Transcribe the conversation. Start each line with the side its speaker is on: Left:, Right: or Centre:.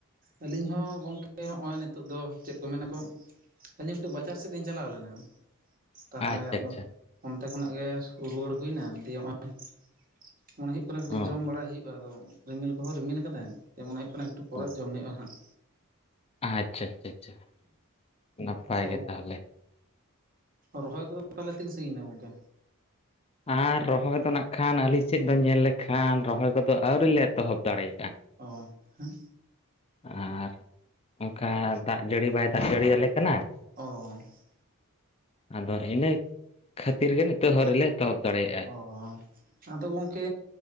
Right: ᱟᱹᱞᱤᱧ ᱦᱚᱸ ᱜᱚᱝᱠᱮ, ᱦᱚᱸᱜᱼᱚᱭ ᱱᱤᱛᱚᱜ ᱫᱚ ᱪᱮᱫ ᱠᱚ ᱢᱮᱱᱟᱠᱚ ᱟᱹᱞᱤᱧ ᱠᱟᱹᱴᱤᱡ ᱵᱟᱡᱟᱨ ᱥᱮᱫ ᱞᱤᱧ ᱪᱟᱞᱟᱣ ᱞᱮᱱᱟ ᱾ ᱛᱟᱦᱚᱞᱮ
Left: ᱟᱪᱪᱷᱟ
Right: ᱟᱫᱚ
Left: ᱟᱪᱪᱷᱟ
Right: ᱚᱱᱛᱮ ᱠᱷᱚᱱᱟᱜ ᱜᱮ ᱨᱩᱣᱟᱹᱲ ᱦᱩᱭᱱᱟ, ᱫᱤᱭᱮ ᱱᱚᱜᱼᱚᱭ ᱾ ᱢᱚᱱᱮ ᱦᱩᱭᱩᱜ ᱠᱟᱱᱟ ᱠᱟᱹᱴᱤᱡ
Left: ᱚ
Right: ᱡᱚᱢ ᱵᱟᱲᱟ ᱦᱩᱭᱩᱜᱼᱟ ᱾ᱟᱫᱚ ᱨᱤᱢᱤᱞ ᱠᱚᱦᱚᱸ ᱨᱤᱢᱤᱞ ᱟᱠᱟᱫᱟᱭ ᱢᱚᱱᱮ ᱦᱩᱭᱩᱜ ᱮᱠᱴᱩ ᱯᱚᱨᱮ
Left: ᱚ
Right: ᱡᱚᱢ ᱦᱩᱭᱩᱜᱼᱟ ᱦᱟᱸᱜ ᱾
Left: ᱟᱪᱪᱷᱟ ᱟᱪᱪᱷᱟ ᱟᱪᱪᱷᱟ ᱾ ᱱᱟᱯᱟᱭ
Right: ᱛᱚ
Left: ᱜᱮ ᱛᱟᱦᱚᱞᱮ ᱾
Right: ᱨᱚᱦᱚᱭ ᱠᱚᱫᱚ ᱛᱟᱦᱚᱞᱮ ᱛᱤᱱ ᱥᱟᱺᱜᱤᱧ ᱮᱱᱟ ᱜᱚᱝᱠᱮ?
Left: ᱟᱨ ᱨᱚᱦᱚᱭ ᱫᱚ ᱱᱟᱜ ᱠᱷᱟᱱ ᱟᱹᱞᱤᱧ ᱥᱮᱫ ᱫᱚ ᱧᱮᱞ ᱞᱮᱠᱷᱟᱱ ᱨᱚᱦᱚᱭ ᱠᱚᱫᱚ ᱟᱹᱣᱨᱤ ᱞᱮ ᱮᱛᱚᱦᱚᱵ ᱫᱟᱲᱮᱭᱟᱜᱼᱟ
Right: ᱚ ᱦᱮᱸ
Left: ᱾ ᱟᱨ ᱚᱱᱠᱟ ᱫᱟᱜ ᱡᱟᱹᱲᱤ ᱵᱟᱭ ᱫᱟᱜ ᱡᱟᱹᱲᱤᱭᱟᱞᱮ ᱠᱟᱱᱟ ᱾
Right: ᱚᱸᱻ ᱾
Left: ᱟᱫᱚ ᱤᱱᱟᱹ ᱠᱷᱟᱹᱛᱤᱨ ᱜᱮ ᱱᱤᱛᱚᱜ ᱦᱚᱸ ᱟᱹᱣᱨᱤ ᱨᱮᱞᱮ ᱮᱛᱚᱦᱚᱵ ᱫᱟᱲᱮᱭᱟᱜᱼᱟ ᱾
Right: ᱚ ᱟᱫᱚ ᱜᱚᱝᱠᱮ